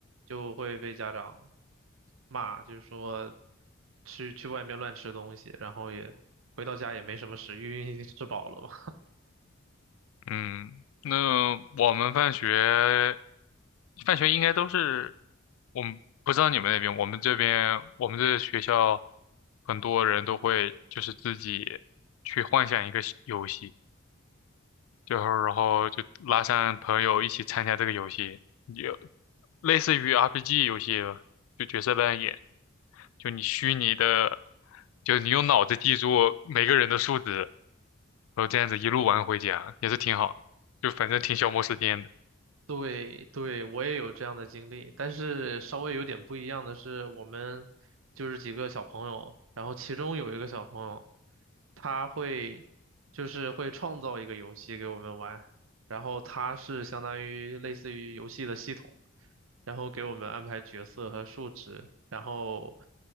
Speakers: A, on the right (about 70°); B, on the left (about 80°).
A: 就会被家长骂，就是说去去外面乱吃东西，然后也回到家也没什么食欲，因为吃饱了嘛。
B: 嗯，那我们放学，放学应该都是，我们不知道你们那边，我们这边，我们这学校很多人都会就是自己去幻想一个西游戏，就是然后就拉上朋友一起参加这个游戏，就类似于 RPG 游戏了，就角色扮演，就你虚拟的，就你用脑子记住每个人的数值。然后这样子一路玩回家也是挺好的就反正挺消磨时间的。
A: 对对，我也有这样的经历，但是稍微有点不一样的是，我们就是几个小朋友，然后其中有一个小朋友，他会就是会创造一个游戏给我们玩，然后他是相当于类似于游戏的系统，然后给我们安排角色和数值，然后